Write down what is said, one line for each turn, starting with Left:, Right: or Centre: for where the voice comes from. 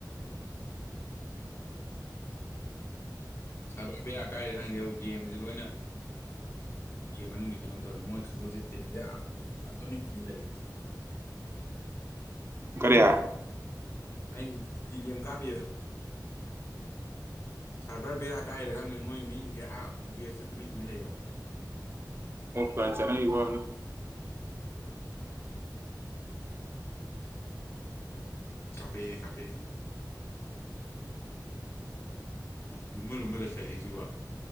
Left: ꯁꯕꯔ ꯕꯦꯔꯥ ꯀꯥꯏꯔꯤꯔꯥ ꯈꯪꯗꯦ ꯒꯦꯝꯖꯦ ꯂꯣꯏꯅ ꯒꯦꯝ ꯃꯅꯨꯡ ꯀꯩꯅ ꯇꯧꯔꯦ ꯃꯣꯏ ꯃꯣꯏꯁꯦ ꯇꯤꯝꯖꯦ ꯑ ꯑ ꯇꯨꯃꯤꯟ ꯇꯨꯃꯤꯟ ꯂꯩꯔꯦ
Right: ꯀꯔꯤ
Left: ꯑꯩ ꯇꯤꯗꯤꯑꯦꯝ ꯀꯥꯞꯄꯤꯕ ꯁꯥꯕꯔ ꯕꯦꯔꯥ ꯀꯥꯏꯔꯦꯔꯥ ꯃꯦ ꯃꯣꯏ ꯃꯤꯁꯤꯡꯁꯦ ꯑꯥ ꯕꯦꯁꯇ ꯇꯨꯃꯤꯟ ꯇꯨꯃꯤꯟ ꯂꯩꯌꯦ
Right: ꯗꯨꯀꯥꯟ ꯆꯠꯅꯈꯤꯕ ꯑꯣꯏꯔꯝꯅꯤ
Left: ꯀꯥꯞꯄꯦ ꯀꯥꯞꯄꯦ ꯎꯝ ꯂꯨꯝꯃ ꯂꯨꯝꯃ ꯂꯩꯁꯜꯂꯛꯏꯁꯤꯕꯣ